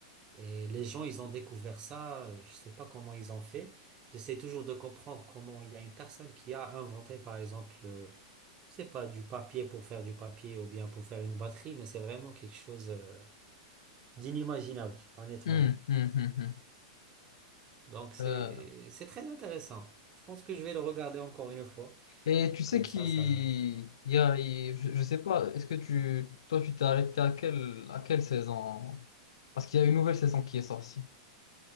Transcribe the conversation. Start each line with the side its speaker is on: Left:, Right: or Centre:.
Right: Et les gens, ils ont découvert ça, je sais pas comment ils ont fait. J'essaie toujours de comprendre comment il y a une personne qui a inventé, par exemple, euh, je sais pas, du papier pour faire du papier ou bien pour faire une batterie, mais c'est vraiment quelque chose, euh, d'inimaginable, honnêtement.
Left: hmm, hmm, hmm, hmm.
Right: Donc c'est,
Left: Euh,
Right: c'est très intéressant. Je pense que je vais le regarder encore une fois.
Left: Et tu sais
Right: Comme
Left: qu'il
Right: ça, ça...
Left: il y a, il- je, je sais pas, est-ce que tu, toi, tu t'es arrêté à quelle, à quelle saison? Parce qu'il y a une nouvelle saison qui est sortie.